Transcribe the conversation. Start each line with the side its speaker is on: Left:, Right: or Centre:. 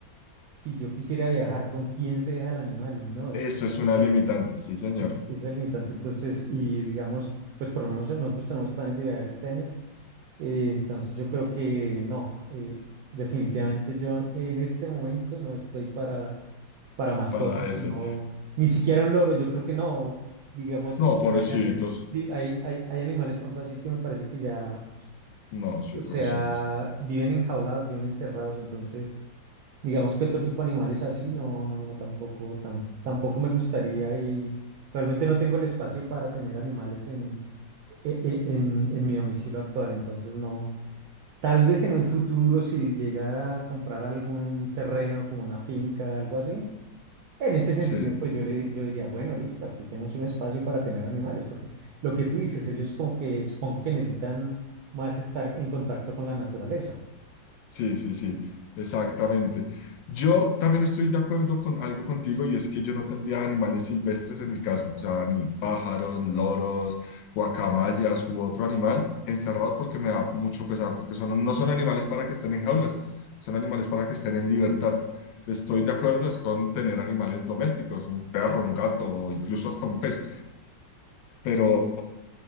Right: si yo quisiera viajar, ¿con quién se deja el animal? No, eso
Left: eso
Right: sería
Left: es
Right: terrible.
Left: una limitante, sí, señor,
Right: Es, es la limitante. Entonces, y digamos, pues por lo menos nosotros tenemos planes de viajar este año. Eh, entonces, yo creo que no. eh, definitivamente yo en este momento no estoy para, para mascotas,
Left: para eso.
Right: sino ni siquiera un loro. Yo creo que no. Digamos,
Left: No,
Right: eso
Left: pobrecitos,
Right: también me hace- di- hay, hay, hay animales, por ejemplo, así que me parece que ya.
Left: no, sí,
Right: O
Left: pobrecitos,
Right: sea, viven enjaulados, viven encerrados, entonces digamos que otro tipo de animales así, no, no, no, tampoco, tam- tampoco me gustaría y realmente no tengo el espacio para tener animales en, e- e- en, en mi domicilio actual, entonces no. Tal vez en un futuro si llegara a comprar algún terreno como una finca, algo así, en ese sentido
Left: sí.
Right: pues yo le yo diría, bueno, listo, aquí tenemos un espacio para tener animales, porque lo que tú dices, ellos como que supongo que necesitan más estar en contacto con la naturaleza.
Left: Sí, sí, sí, exactamente. Yo también estoy de acuerdo con algo contigo y es que yo no tendría animales silvestres en mi casa, o sea, ni pájaros, loros, guacamayas u otro animal encerrado porque me da mucho pesar, porque son, no son animales para que estén en jaulas, son animales para que estén en libertad. Estoy de acuerdo es con tener animales domésticos, un perro, un gato o incluso hasta un pez, pero